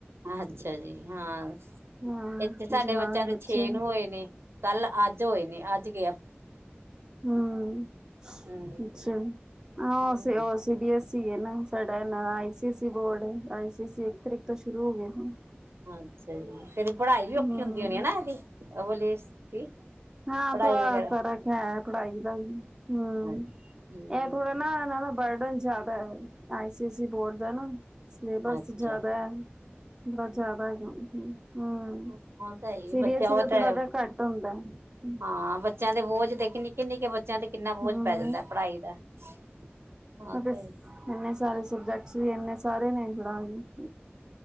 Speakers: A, on the right; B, on the right.
A: ਅੱਛਾ ਜੀ। ਹਾਂ,
B: ਹਾਂ
A: ਇੱਥੇ ਸਾਡੇ
B: ਜਹਾ
A: ਬੱਚਿਆਂ
B: ਹੈ
A: ਦੇ,
B: ਬੱਚੇ
A: ਛੇ ਨੂੰ ਹੋਏ ਨੇ। ਕੱਲ, ਅੱਜ ਹੋਏ ਨੇ। ਅੱਜ ਗ
B: ਹੂੰ।
A: ਹਮ
B: ਅੱਛਾ ਅ
A: ਹਾਂਜੀ
B: ਸ ਹ। ਸੀ ਬੀ ਐੱਸ ਈ, ਹੈ ਨਾ। ਸਾਡਾ ਆਈ ਸੀ ਐਸ ਈ, ਬੋਰਡ ਹੈ। ਆਈ ਸੀ, ਐ ਇੱਕ ਤਰੀਕ ਤੋਂ, ਸ਼ੁਰੂ ਹੋ ਗਏ ਸੀ।
A: ਅੱਛਾ ਜੀ। ਫੇਰ, ਪੜਾਈ ਵੀ,
B: ਹੂੰ
A: ਔਖੀ ਹੁੰਦੀ ਹੋਣੀ ਆ, ਨਾ ਇਹਦੀ। ਐ ਵਾਲੇ ਦੀ।
B: ਹਾਂ,
A: ਪੜ੍ਹਾਈ
B: ਥੋੜਾ
A: ਵਗੈਰਾ
B: ਫ਼ਰਕ ਹੈ। ਪੜਾਈ ਦਾ ਵੀ। ਹੂੰ।
A: ਹਮ
B: ਇਹ ਥੋੜਾ ਨਾ, ਇਹਨਾਂ ਦਾ। ਬਰਡਨ ਜ਼ਿਆਦਾ ਹੈ। ਆਈਸੀ ਸੀ, ਬੋਰਡ ਦਾ ਨਾ। ਸਿਲੇਬਸ
A: ਅੱਛਾ
B: ਜ਼ਿਆਦਾ ਹੈ। ਥੋੜਾ ਜਿਆਦਾ ਹੈਗਾ। ਹੂੰ,
A: ਉਹ ਤਾਂ ਹੈ ਹੀ
B: ਸੀ
A: ਬੱਚਾ
B: ਬੀ ਐਸ ਈ,
A: ਉਹ
B: ਦਾ ਥੋੜਾ
A: ਤਾਂ
B: ਜਿਹਾ ਘੱਟ ਹੁੰਦਾ। ਹੈ।
A: ਹਾਂ, ਬੱਚਿਆਂ ਦੇ ਬੋਝ, ਦੇਖ ਨਿੱਕੇ- ਨਿੱਕੇ, ਬੱਚੇ ਬੱਚਿਆਂ ਤੇ, ਕਿੰਨਾ ਬੋਝ
B: ਹੂੰ,
A: ਪੈ ਜਾਂਦਾ। ਪੜਾਈ ਦਾ। ਹਾਂ,
B: ਉਹਦੇ
A: ਤੇ।
B: ਇੰਨੇ ਸਾਰੇ, ਸਬਜੈਕਟਸ ਵੀ ਇੰਨੇ ਸਾਰੇ ਨੇ <unintelligible>